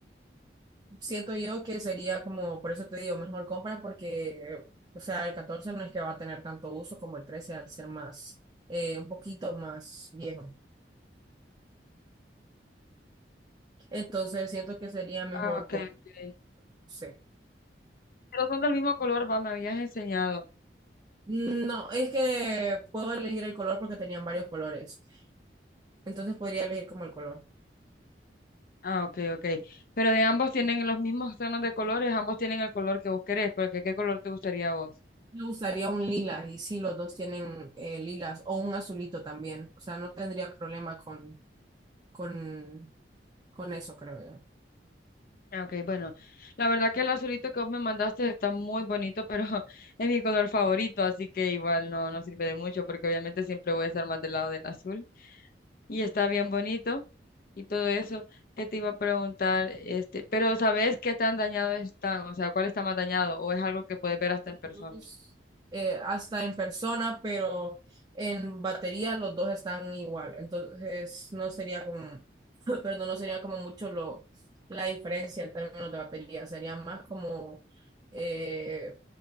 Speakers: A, on the right; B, on the left.
A: siento yo que sería como, por eso te digo, mejor compra porque, o sea, el 14 no es que va a tener tanto uso como el 13 al ser más, eh, un poquito más viejo. Entonces siento que sería mejor,
B: Ah, ok,
A: com-
B: ok.
A: no sé.
B: Pero son del mismo color, va, me habías enseñado.
A: No, es que puedo elegir el color porque tenían varios colores. Entonces podría elegir como el color.
B: Ah, ok, ok. Pero de ambos tienen los mismos tonos de colores, ambos tienen el color que vos querés, porque ¿qué color te gustaría a vos?
A: Me gustaría un lila y sí, los dos tienen eh, lilas o un azulito también. O sea, no tendría problema con, con, con eso, creo yo.
B: Ah, Ok, bueno, la verdad que el azulito que vos me mandaste está muy bonito, pero <laughs> es mi color favorito, así que igual no, no sirve de mucho porque obviamente siempre voy a estar más del lado del azul. Y está bien bonito y todo eso. ¿Qué te iba a preguntar? Este, pero ¿sabes qué tan dañado están? O sea, ¿cuál está más dañado? ¿O es algo que puedes ver hasta en persona?
A: dos, eh, hasta en persona, pero en batería los dos están igual. Entonces no sería como, <laughs> perdón, no sería como mucho lo, la diferencia en términos de batería, sería más como eh,